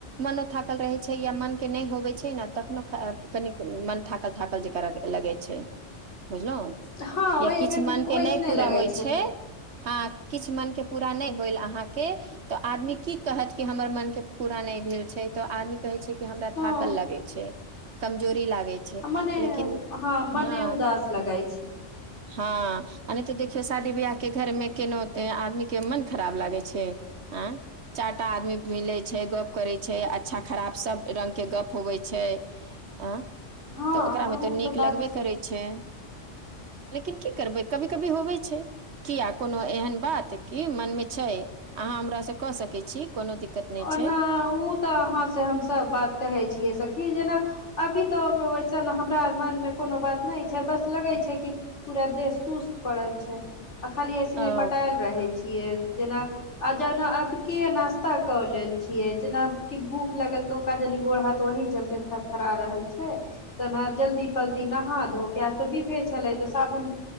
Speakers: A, on the right; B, on the left.
A: मनो थाकल रहै छै या मन के नहि होबे छै न तखनो तनि मन थाकल थाकल जेका लगे छै बुझलौ
B: हँ
A: या
B: वैसने
A: किछ मनके नहि पूरा
B: लगै
A: होइ छै हँ किछ मनके पूरा नहि होइल अहाँके तऽ आदमी की कहत कि हमर मन के पूरा नहि भेल छै तऽ आदमी कहै छै हमरा
B: हँ
A: थाकल लगे छै कमजोरी लागै छै
B: मने
A: लेकिन
B: मने
A: हँ
B: उदास लगै छै
A: हँ नहि तऽ देखियौ शादी वियाह के घर मे केनो आदमी के मन खराब लागै छै आंय चारटा आदमी मिले छै गप करे छै अच्छा खराब सब रंग के गप होवै तऽ
B: हँ
A: ओकरामे
B: ओ
A: तऽ नीक
B: बात
A: लगबै करै छै लेकिन की करबै कभी कभी होबै छै किया कोनो एहन बात कि मनमे छै अहाँ हमरासँ कऽ सकै छी कोनो दिक्कत नहि
B: ओना
A: छै
B: उ तऽ अहाँ से हमसभ बात कहै छियै जेना अभी तो वैसन हमरा मन मे कोनो बात नहि छै बस लगै छै कि पूरा देह सुस्त पड़ल छै आ खाली एसने
A: ओ
B: पटायल रहै छियै जेना जना आब के नश्ता कले छीयै जेना की भूख लगल तो ओका जनी गोड़ हाथ वही थरथरा रहल छै ते जल्दी पल्दी नहा धो तऽ बीफे छलै तऽ साबुन